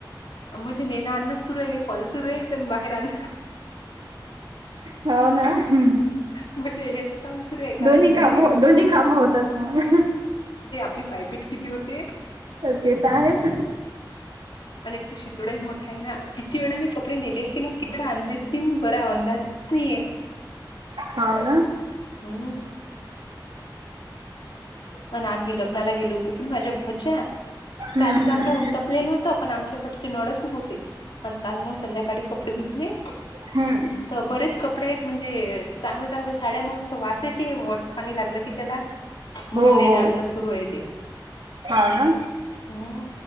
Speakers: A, on the left; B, on the right.
A: म्हणजे नेण आणण सुरु आहे हे कॉल सुरू आहे आणि बाहेर आणण
B: हो ना हम्म.
A: म्हणजे हेच काम सुरू आहे कारण
B: दोन्ही काम
A: मुलगा सक
B: दोन्ही काम होतात मग.
A: ही पायपीट किती होते?
B: तर ते तर आहेच
A: आणि एक ते शितोडाही मोठा आहे ना. किती वेळा मी कपडे नेले असतील अन तिकडे आणले असतील बरा अंदाजच नाहीये.
B: हो ना.
A: हम्म. पण आम्ही लग्नाला गेलो होतो की माझ्या भावाच्या
B: हम्म
A: काल चांगलं
B: हम्म
A: उन तपलेल होत त पण आमच्याकडचे नळच नव्हते आणि काल मग संध्याकाळी कपडे धुतले
B: हम्म.
A: तर बरेच कपडे आहेत म्हणजे चांगल्या चांगल्या साड्या मग असं वास येत वरच पाणी लागलं की त्याला म्हणून
B: हो
A: नेणं
B: हो
A: आणण सुरू आहे ते.
B: हा ना
A: हम्म.